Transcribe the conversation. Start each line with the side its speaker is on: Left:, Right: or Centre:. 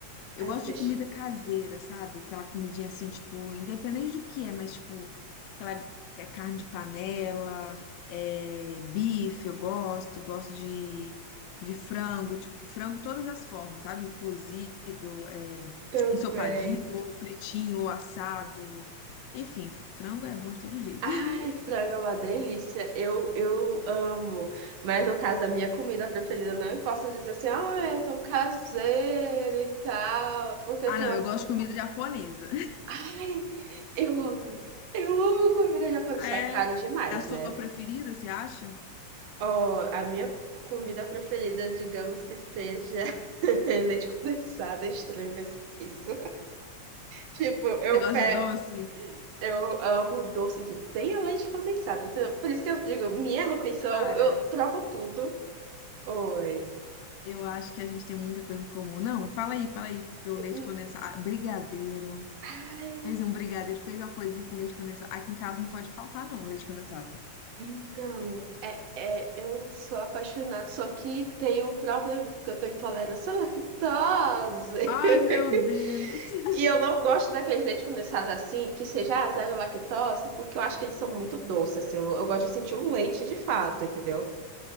Left: eu
Right: Ai,
Left: gosto
Right: peixe.
Left: de comida caseira, sabe? Aquela comidinha assim, tipo, independente do que é, mas tipo, aquela é carne de panela, é, bife, eu gosto, gosto de, de frango, tipo, frango de todas as formas, sabe? Cozido, é,
Right: Também.
Left: ensopadinho, ou fritinho, ou assado, enfim, frango é bom de todo jeito.
Right: Ai,
Left: <laughs>
Right: frango é uma delícia. Eu, eu amo. Mas no caso, a minha comida preferida, não posso dizer assim, ah, é tão caseiro e tal. Porque eu
Left: Ah,
Right: tenho
Left: não,
Right: uma.
Left: eu gosto de comida japonesa.
Right: Ai, eu amo. Eu amo comida japonesa.
Left: É,
Right: Só é caro
Left: é
Right: demais,
Left: a sua
Right: né?
Left: preferida, você acha?
Right: Ó, a minha comida preferida, digamos que seja <laughs> leite condensado, é estranho, mas é isso. Tipo, eu
Left: Você gosta
Right: pego.
Left: de doce?
Right: Eu amo doce que tenha leite condensado. Isso- por isso que eu digo, minha refeição,
Left: Cara,
Right: eu troco tudo. Oi.
Left: eu acho que a gente tem muita coisa em comum. Não, fala aí, fala aí, porque o leite
Right: Hum,
Left: condensado, ah, brigadeiro.
Right: Ai,
Left: Fez um brigadeiro, fez uma coisinha com leite condensado. Aqui em casa não pode faltar, não, leite condensado.
Right: então, é, é, eu sou apaixonada, só que tem um problema, porque eu tô intolerância à lactose. <laughs>
Left: Ai, meu Deus. <laughs>
Right: E eu não gosto daqueles leite condensado assim, que seja zero lactose, porque eu acho que eles são muito doces, assim. Eu, eu gosto de sentir o leite de fato, entendeu?